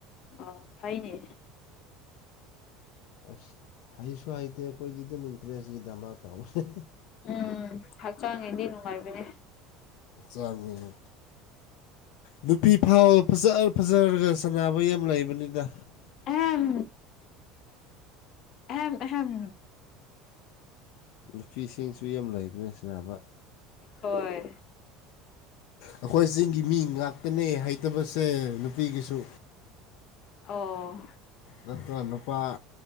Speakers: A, on the left (about 40°); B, on the left (about 65°).
A: ꯑꯣ ꯍꯥꯏꯅꯦ
B: ꯑꯁ ꯍꯩꯁꯨ ꯍꯩꯇꯦ ꯑꯩꯈꯣꯏꯗꯤ ꯑꯗꯨꯝ ꯏꯟꯇꯔꯦꯁꯀꯤꯗꯃꯛ ꯇꯧꯕꯦ
A: ꯎꯝ ꯍꯛꯆꯥꯡꯒꯤꯗꯤ ꯅꯨꯡꯉꯥꯏꯕꯅꯦ
B: ꯆꯥꯡꯉꯤ ꯅꯨꯄꯤ ꯐꯥꯎ ꯐꯖ ꯐꯖꯔꯒ ꯁꯥꯟꯅꯕ ꯌꯥꯝ ꯂꯩꯕꯅꯤꯗ
A: ꯑꯍꯝ ꯑꯍꯝ ꯑꯍꯝ
B: ꯅꯨꯄꯤꯁꯤꯡꯁꯨ ꯌꯥꯝ ꯂꯩꯕꯅꯤ ꯁꯅꯕ
A: ꯍꯣꯏ
B: ꯑꯩꯈꯣꯏ ꯆꯤꯡꯒꯤ ꯃꯤ ꯉꯥꯛꯇꯅꯦ ꯍꯩꯇꯕꯁꯦ ꯅꯨꯄꯤꯒꯤꯁꯨ
A: ꯑꯣ
B: ꯅꯠꯇ꯭ꯔꯒ ꯅꯨꯄꯥ